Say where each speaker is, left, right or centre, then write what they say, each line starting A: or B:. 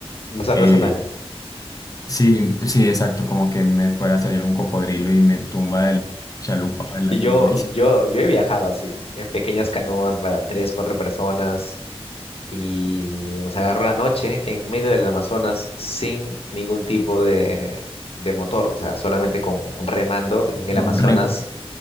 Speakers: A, on the left (about 70°); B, on the left (about 35°).
A: más artesanal.
B: eh, sí, sí, exacto, como que me fuera a salir un cocodrilo y me tumba de la chalupa en
A: Y
B: la
A: yo,
B: que voy.
A: yo,
B: <laughs>
A: yo he viajado así, en pequeñas canoas para tres, cuatro personas. Y nos agarró la noche en medio del Amazonas sin ningún tipo de, de motor, o sea, solamente con remando en el Amazonas
B: Un remo.